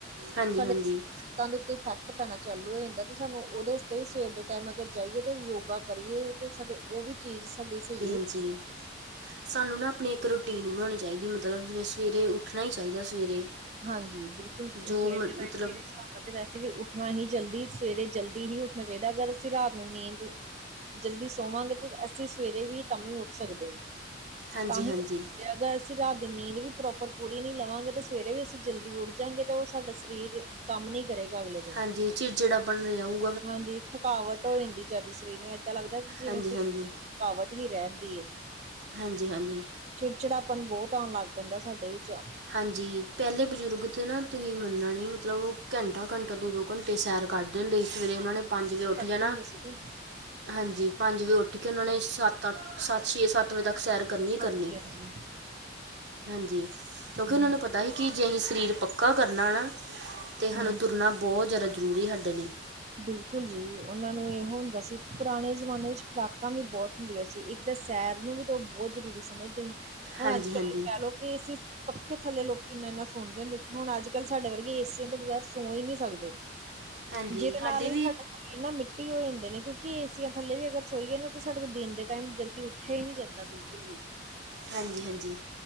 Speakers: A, on the right; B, on the right.
A: ਹਾਂਜੀ
B: ਸਾਡੇ
A: ਹਾਂਜੀ
B: ਹਤਾਂ ਦੇ ਉੱਤੇ ਇਫੈਕਟ ਪੈਣਾ ਚਾਲੂ ਹੋ ਜਾਂਦਾ। ਸਾਨੂੰ ਉਹਦੇ ਵੀ ਸਵੇਰ ਦੇ ਟਾਈਮ ਅਗਰ ਜਾਈਏ ਤੇ ਯੋਗਾ ਕਰੀਏ ਤੇ ਸਾਡੇ ਉਹ ਵੀ ਚੀਜ਼ ਸਾਡੀ ਸਹਿ ਹੋਏ
A: ਜੀ। ਸਾਨੂੰ ਨਾ ਆਪਣੀ ਇੱਕ ਰੂਟੀਨ ਬਣਾਉਣੀ ਚਾਹੀਦੀ ਮਤਲਬ ਜਿਵੇਂ ਸਵੇਰੇ ਉੱਠਣਾ ਹੀ ਚਾਹੀਦਾ ਸਵੇਰੇ
B: ਹਾਂਜੀ। ਬਿਲਕੁਲ ਸਵੇਰ
A: ਜੋ ਮ
B: ਦੇ ਟਮ
A: ਮਤਲਬ
B: ਮੇਰੇ ਹਿਸਾਬ ਤੇ ਵੈਸੇ ਵੀ ਉੱਠਣਾ ਹੀ ਜਲਦੀ ਸਵੇਰੇ ਜਲਦੀ ਹੀ ਉੱਠਣਾ ਚਾਹੀਦਾ ਅਗਰ ਅਸੀਂ ਰਾਤ ਨੂੰ ਨੀਂਦ ਜਲਦੀ ਸੋਵਾਂਗੇ ਤੇ ਅਸੀਂ ਸਵੇਰੇ ਵੀ ਤਾਵੀ ਉੱਠ ਸਕਦੇ ਹਾਂ।
A: ਹਾਂਜੀ
B: ਤਾਂ ਹੀ
A: ਹਾਂਜੀ
B: ਉਹਦੇ ਅਗਰ ਅਸੀਂ ਰਾਤ ਦੀ ਨੀਂਦ ਵੀ ਪ੍ਰੋਪਰ ਪੂਰੀ ਨੀ ਲਵਾਂਗੇ ਤੇ ਸਵੇਰੇ ਵੀ ਅਸੀਂ ਜਲਦੀ ਉੱਡ ਜਾਂਗੇ ਤਾਂ ਉਹ ਸਾਡਾ ਸਰੀਰ ਕੰਮ ਨੀ ਕਰੇਗਾ। ਅਗਲੇ ਦਿਨ
A: ਹਾਂਜੀ, ਚਿੜਚਿੜਾ ਪਣ ਰਿਹਾ ਉਹ।
B: ਹਾਂਜੀ, ਥਕਾਵਟ। ਹੋ ਜਾਂਦੀ ਜਦ ਸਰੀਰ ਨੂੰ ਏਦਾਂ ਲੱਗਦਾ ਕਿ ਜਿਵੇਂ
A: ਹਾਂਜੀ
B: ਸਰੀਰ
A: ਹਾਂਜੀ
B: ਦੀ ਥਕਾਵਟ ਹੀ ਰਹਿੰਦੀ ਹੈ।
A: ਹਾਂਜੀ- ਹਾਂਜੀ।
B: ਚਿੜਚਿੜਾਪਨ ਬਹੁਤ ਆਉਣ ਲੱਗ ਪੈਂਦਾ ਸਾਡੇ ਵਿੱਚ।
A: ਹਾਂਜੀ। ਪਹਿਲੇ ਬਜ਼ੁਰਗ ਤੇ ਨਾ ਤੁਸੀਂ ਮੰਨਣਾ ਨਹੀਂ ਮਤਲਬ ਉਹ ਘੰਟਾ- ਘੰਟਾ, ਦੋ- ਦੋ ਘੰਟੇ ਸੈਰ ਕਰਦੇ ਹੁੰਦੇ ਸਵੇਰੇ
B: ਹਾਂਜੀ,
A: ਉਹਨਾਂ ਨੇ ਪੰਜ ਵਜੇ ਉੱਠ
B: ਕਰਦੇ
A: ਜਾਣਾ।
B: ਹੁੰਦੇ ਸੀਗੇ
A: ਹਾਂਜੀ। ਪੰਜ ਵਜੇ ਉੱਠ ਕੇ ਉਹਨਾਂ ਨੇ ਸੱਤ ਤਾਂ ਸੱਤ- ਛੇ -ਸੱਤ ਵਜੇ ਤੱਕ ਸੈਰ ਕਰਨੀ- ਕਰਨੀ।
B: ਹਾਂਜੀ ਹਾਂਜੀ
A: ਹਾਂਜੀ। ਕਿਉਂਕਿ
B: ਹਮ
A: ਉਹਨਾਂ ਨੂੰ ਪਤਾ ਹੀ ਕਿ ਜੇ ਅਸੀਂ ਸਰੀਰ ਪੱਕਾ ਕਰਨਾ ਨਾ। ਤਾਂ ਸਾਨੂੰ
B: ਹਮ
A: ਤੁਰਨਾ ਬਹੁਤ ਜ਼ਿਆਦਾ ਜ਼ਰੂਰੀ ਸਾਡੇ ਲਈ।
B: ਬਿਲਕੁਲ ਜੀ ਉਹਨਾਂ ਨੂੰ ਇਹੋ ਹੁੰਦਾ ਸੀ ਪੁਰਾਣੇ ਜ਼ਮਾਨੇ ਵਿੱਚ ਖੁਰਾਕਾਂ ਵੀ ਬਹੁਤ ਹੁੰਦੀਆਂ ਸੀ। ਇੱਕ ਤਾਂ ਸੈਰ ਨੂੰ ਵੀ ਤਾਂ ਉਹ ਬਹੁਤ ਜ਼ਰੂਰੀ ਸਮਝਦੇ ਸੀ। ਹੁਣ
A: ਹਾਂਜੀ
B: ਅੱਜ ਕੱਲ
A: ਹਾਂਜੀ
B: ਕਹਿ ਲਓ ਕਿ ਅਸੀਂ ਪੱਖੇ ਥੱਲੇ ਲੋਕੀ ਇਨਾ- ਇਨਾ ਸੋਦੇ ਹੁੰਦੇ ਸੀ। ਹੁਣ ਅੱਜ ਕੱਲ੍ਹ ਸਾਡੇ ਵਰਗੇ ਏ ਸੀਆਂ ਤੋਂ ਬਗੈਰ ਸੋ ਹੀ ਨਹੀਂ ਸਕਦੇ।
A: ਹਾਂਜੀ
B: ਜਿਹਦੇ
A: ਸਾਡੇ
B: ਨਾਲ ਵੀ ਸਾਡਾ ਇਨਾ ਮਿੱਟੀ ਹੋ ਜਾਂਦੇ ਨੇ ਕਿਉਂਕਿ ਏ ਸੀਆਂ ਥੱਲੇ ਵੀ ਅਗਰ ਸੋਈਏ ਨਾ ਤਾਂ ਸਾਡੇ ਕੋਲ ਦਿਨ ਦੇ ਟਾਈਮ ਜਲ ਉੱਠਿਆ ਹੀ ਨਹੀਂ ਜਾਂਦਾ। ਬਿਲਕੁਲ ਵੀ
A: ਹਾਂਜੀ- ਹਾਂਜੀ